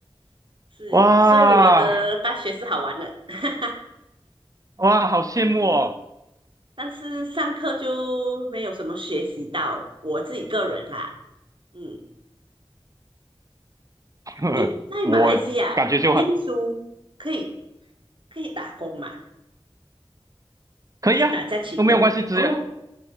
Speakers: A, on the right; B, on the right.
A: 是，
B: 哇
A: 所以我的大学是好玩的。<laughs>
B: 哇，好羡慕哦！
A: 但是但是上课就没有什么学习到，我自己个人啦，嗯，
B: <laughs>
A: 诶，在马来西亚念书可以
B: 我感觉就很
A: 可以打工嘛？
B: 可以啊，
A: 可以打假期工嘛？
B: 都没有关系，只有
A: 哦